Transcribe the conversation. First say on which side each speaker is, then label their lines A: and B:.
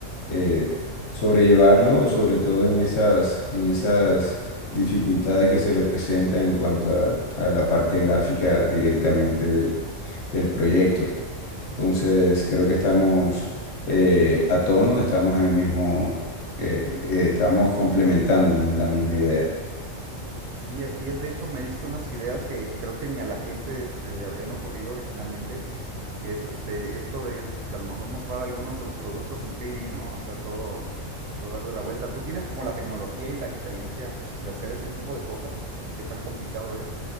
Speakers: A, on the left (about 65°); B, on the right (about 80°).
A: eh, sobrellevarlo, sobre todo en esas, en esas dificultades que se le presentan en cuanto a, a la parte gráfica directamente del, del proyecto. Entonces, creo que estamos eh, a tono, estamos en el mismo, eh, eh, estamos complementándonos en la misma idea.
B: Sí, así es. De hecho, me diste unas ideas que creo que ni a la cliente se le habrían ocurrido originalmente, que es este, esto de que a lo mejor mostrar algunos de los productos en 3D, ¿no? O sea, todo, o sea, darle la vuelta. ¿Tú tienes como la tecnología y la experiencia de hacer ese tipo de cosas? ¿Qué tan complicado es?